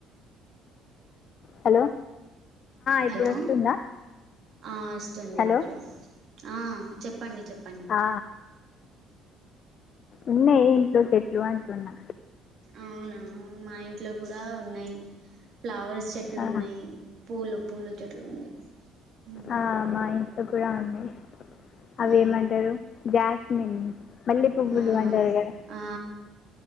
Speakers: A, on the left (about 50°); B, on the right (about 50°).
A: హలో ఇప్పుడు
B: హలో
A: వస్తుందా
B: ఆ వస్తుంది
A: హలో
B: ఇప్పుడు ఆ చెప్పండి చెప్పండి
A: ఆ, ఉన్నాయి ఇంట్లో చెట్లు అంటున్నా
B: అవునా మా ఇంట్లో కూడా ఉన్నాయి ఫ్లవర్స్ చెట్లు
A: ఆ,
B: ఉన్నాయి పూలు పూలు చెట్లు ఉంది ఉమ్,
A: ఆ మా ఇంట్లో కూడా ఉంది అవి
B: ఆ
A: ఏమంటారు జాస్మిన్ మల్లె పువ్వులు
B: ఆ
A: అంటారు కదా
B: ఆ